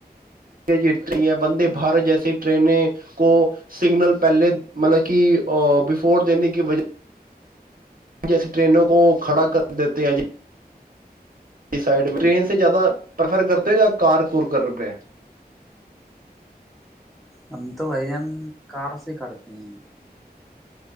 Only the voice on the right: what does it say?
جٹ ہیں وندے بھارت جیسی ٹرینیں کو سگنل پہلے مطلب کہ بفور دینے کی وجہ جیسی ٹرینوں کو کھڑا کر دیتے ہیں ج سائڈ میں ٹرین سے زیادہ پریفر کرتے ہو یا کار ک کر پ